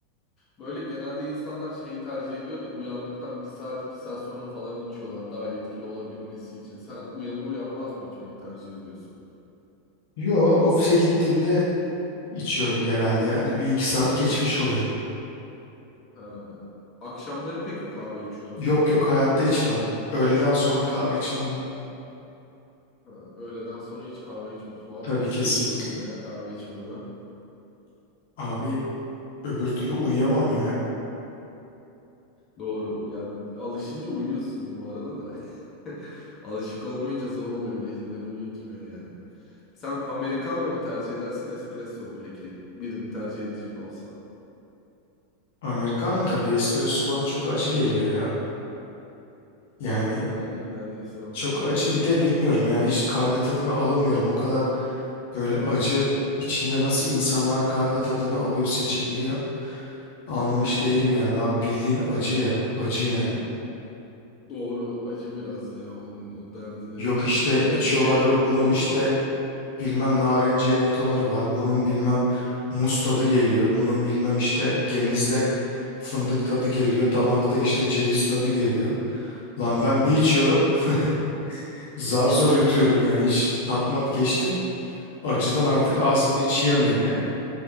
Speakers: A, on the left (about 30°); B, on the left (about 60°).
A: Böyle genelde insanlar şeyi tercih ediyor da uyandıktan bir saat iki saat sonra falan içiyorlar daha etkili olabilmesi için. Sen uyanır uyanmaz mı içmeyi tercih ediyorsun?
B: Yo ofise gittiğimde içiyorum genelde yani. Bir iki saat geçmiş oluyor.
A: Ha. Akşamları peki kahve içiyor musun
B: Yok
A: abi?
B: yok hayatta içmem.
A: Yani
B: Öğleden sonra kahve içmem ben.
A: ha, öğleden sonra hiç kahve içmiyorsun. Abi
B: Tabii
A: nasıl
B: kesinlikle.
A: geçiyor gün ya kahve içmeden?
B: Abi öbür türlü uyuyamam
A: Ha,
B: yani.
A: doğru. Ya alışınca uyuyorsun bu arada da. <laughs> Alışık olmayınca zor oluyor. Geceleri uyutmuyor yani. Sen americano mu tercih edersin, espresso mu peki? Birini tercih edecek olsan.
B: Americano tabii espresso bana çok acı geliyor ya. Yani
A: Ha, illa diyorsun americano.
B: çok acı bir de bilmiyorum yani hiç kahve tadını alamıyorum. O kadar böyle acı içinde nasıl insanlar kahve tadını alıyor seçebiliyor. Anlamış
A: Hı hı.
B: değilim yani abi bildiğin acı ya acı yani.
A: Doğru. Acı biraz ya. Onun o derdi de
B: Yok
A: çok.
B: işte
A: Yani
B: içiyorlar
A: şey
B: yok bunun
A: onu...
B: işte bilmem
A: Hı hı.
B: narenciye notaları var. Bunun bilmem
A: Hı.
B: muz tadı geliyor. Bunun bilmem işte genizde fındık tadı geliyor. Damakta işte ceviz tadı geliyor. Lan ben bir içiyorum <laughs> zar
A: <laughs>
B: zor yutuyorum yani hiç tatmat geçtim. Acıdan artık
A: Hı
B: Evet.
A: hı.
B: ağzımın içi yanıyor
A: Hı.
B: yani.